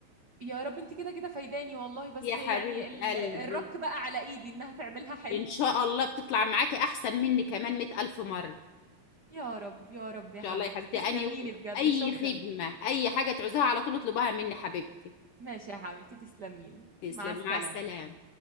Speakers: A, on the right; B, on the left.
A: يا رب انتي كده كده فايداني والله بس
B: يا حبيبة
A: يعني ال-
B: قلبي
A: الرك بقى على ايدي انها تعملها حلو
B: ان شاء الله بتطلع معاكي احسن مني كمان مئة الف مرة
A: يا رب يا رب يا
B: شاء
A: حبيبتي
B: الله يا حبيبتي
A: تسلميلي
B: أني
A: بجد
B: أي
A: شكرا
B: خدمة أي حاجة تعوزها على طول اطلبها مني حبيبتي
A: ماشي يا حبيبتي تسلميلي
B: تسلم
A: مع السلامة
B: مع السلامة